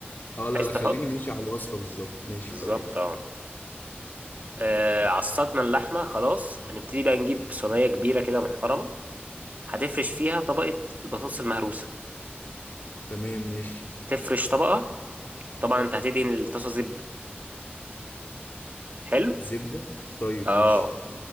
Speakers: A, on the left; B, on the right.
A: اه لا
B: عايز
A: لا
B: تحط
A: خليني ماشي على الوصفة بالظبط ماشي
B: بالظبط
A: طيب
B: اه آه، عصقنا اللحمه خلاص هنبتدي بقى نجيب صينيه كبيره كده محترمه هتفرش فيها طبقه البطاطس المهروسه
A: تمام ماشي
B: تفرش طبقه طبعا انت هتدهن الطاسه زبده حلو
A: زبدة طيب
B: اه
A: ماشي